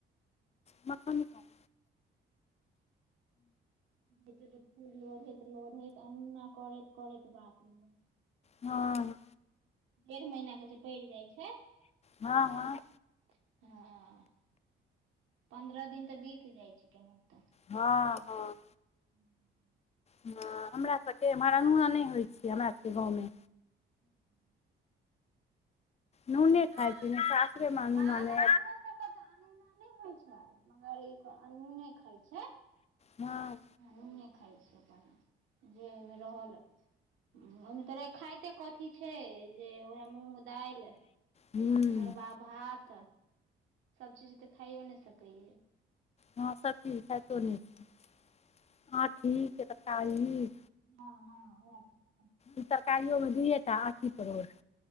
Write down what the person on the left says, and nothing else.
मखन नैय खेब।
हँ
हँ
हँ
हँ हँ
हँ हमरा सब के एम्हर अनुना नैय होय छै हमरा सब के गाँव मे।
नूने खाइ
छी नहि सासुरेमे अनूना
नहि
हँ
हूँ
हँ सबचीज खाइतो नैय छैय आँठी के तरकारी।
ई तरकारियो मे दुइएटा आंठी परोर।